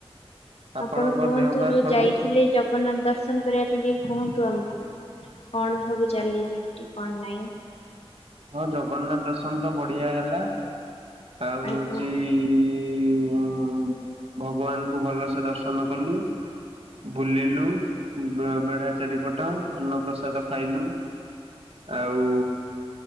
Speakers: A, on the right; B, on the left.
A: ଆପଣଙ୍କ
B: ଆପଣ କୁହନ୍ତୁ
A: ଦେହ ପା
B: ଯୋଉ
A: ସବୁ
B: ଯାଇଥିଲେ
A: ଅଛି?
B: ଜ ଜଗନ୍ନାଥ ଦର୍ଶନ କରିବା ପାଇଁ ଟିକେ କୁହନ୍ତୁ ଆମକୁ କଣ ସବୁ ଚାଲିଛି ସେଠି କଣ ନାଇଁ?
A: ହଁ ଜଗନ୍ନାଥ ଦର୍ଶନ ତ ବଢ଼ିଆ ହେଲା। ଆଉ ହଉଚି
B: ଆଜ୍ଞା
A: ଇ ଇ ଉଁ ଉଁ ଭଗବାନଙ୍କୁ ଭଲସେ ଦର୍ଶନ କଲୁ, ବୁଲିଲୁ ବେ ବେଳା ଚାରିପଟ ଅନ୍ନ ପ୍ରସାଦ ଖାଇଲୁ ଆଉ